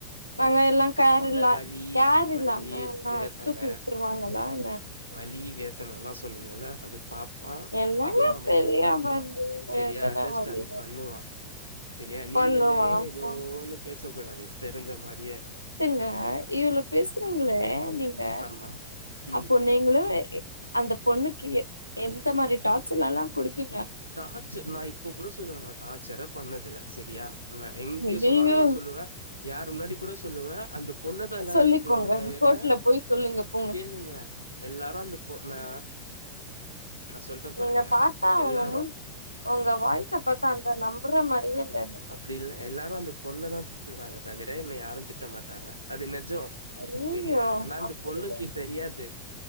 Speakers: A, on the left (about 85°); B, on the right (about 90°).
A: நாங்க எல்லாம் கேர்லா
B: வலி
A: கேர் இல்லாம
B: வலி
A: எல்லா
B: வேதன
A: தூக்கி விட்ருவாங்களா என்ன
B: வலி வேதனை எல்லா சொன்னீகல்ல அது பாப்பான்
A: என்னங்க
B: அதுவும் அவன்
A: பெரிய
B: இது பண்ணுவான்
A: வலி வேதன
B: சரியா அண்டர்ஸ்டாண்ட்
A: வலி
B: பண்ணுவா சரியா நீங்களே
A: பண்ணுவா
B: ஏதோனு
A: பொண்ணு
B: பேச கூடாது தெரிஞ்ச மாதிரியே
A: ங்க இவ்ளோ பேசுறீங்களே நீங்க
B: ஆமா ம்
A: அப்ப நீங்களும் அந்த பொண்ணுக்கு எ எந்த மாரி டார்சர்லா குடுபீங்க
B: டார்சர் நா இப்ப கூட சொல்லுவ நான் டார்சரே பண்ணதுல்ல சரியா நான் எங்க
A: ஐயையோ
B: சொன்னாலும் நான் சொல்லுவேன் யார் முன்னாடி கூட சொல்லுவே அந்த பொண்ண தான் எல்லாரு
A: சொல்லிக்கோங்க
B: திட்டுவாங்க தவர
A: கோர்ட்ல போய் சொல்லுங்க போங்க
B: கேளுங்க எல்லாரும் அந்த போண்ணா நான் சொல்ற பாருங்க
A: நீங்க பாத்தா
B: எல்லா
A: உங்க உங்க வாய்ஸை பாத்தா அந்த நம்பற மாரியே இல்ல எனக்கு
B: அப்படில்லை எல்லாரும் அந்த பொண்ண தான் திட்டுறாங்க தவிர என்ன யாரும் திட்ட மாட்டாங்க அது நேஜம்
A: ஐயையோ
B: சரியா ஆனா அந்த
A: அப்டி
B: பொண்ணிக்கி தெரியாது